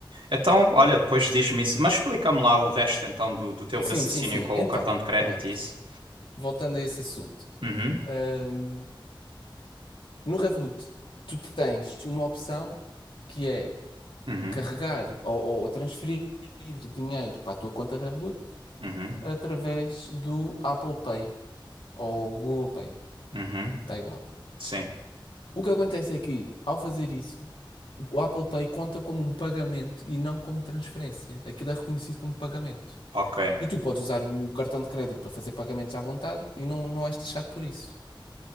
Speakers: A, on the right (about 80°); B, on the left (about 75°).
A: Então, olha, depois diz-me isso. Mas explica-me lá o resto então do, do teu
B: Sim,
A: raciocínio
B: sim, sim.
A: com
B: Então,
A: o cartão de crédito
B: pronto.
A: e isso.
B: Voltando a esse assunto.
A: Uhum,
B: Ahm, no Revolut, tu tens uma opção que é
A: uhum,
B: carregar ou, ou transferir dinheiro para a tua conta Revolut
A: uhum,
B: através do Apple Pay ou Google Pay.
A: uhum.
B: Dá igual.
A: Sim.
B: O que acontece é que, ao fazer isso, o Apple Pay conta como um pagamento e não como transferência. Aquilo é reconhecido como pagamento.
A: Ok,
B: E tu podes usar o cartão de crédito para fazer pagamentos à vontade e não, não és taxado por isso.